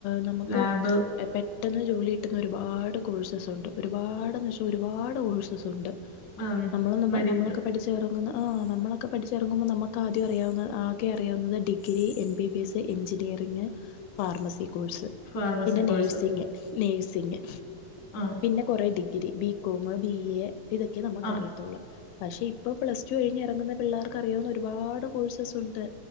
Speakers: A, on the left; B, on the left.
A: നമുക്ക്--എ
B: ലാബ്
A: പെട്ടെന്ന് ജോലി കിട്ടുന്ന ഒരുപാട് കോഴ്സസ് ഉണ്ട്. ഒരുപാടെന്നു വെച്ചഒരുപാട് കോഴ്സസ് ഉണ്ട്. പെ
B: ആഹ്
A: നമ്മളൊന്നും
B: മെഡി
A: നമ്മളൊക്കെ പഠിച്ച പഠിച്ചറങ്ങുന്ന ആഹ് നമ്മളൊക്കെ പഠിച്ചിറങ്ങുമ്പോ നമുക്ക് ആദ്യം അറിയാവുന്ന ആകെ അറിയാവുന്നത് degree M B B S engineering, pharmacy course,
B: pharmacy
A: പിന്നെ
B: കോഴ്സ്
A: നേഴ്സിങ്, നേഴ്സിങ്.
B: ആഹ്.
A: പിന്നെ കുറേ ഡിഗ്രി, ബികോമ്, ബി എ ഇതൊക്കെ നമുക്ക്
B: ആഹ്
A: അറിയത്തൊള്ളൂ പക്ഷെ ഇപ്പൊ പ്ലസ് ടു കഴിഞ്ഞ് ഇറങ്ങുന്ന പിള്ളേർക്ക് അറിയാവുന്ന ഒരുപാട് കോഴ്സസ് ഉണ്ട്.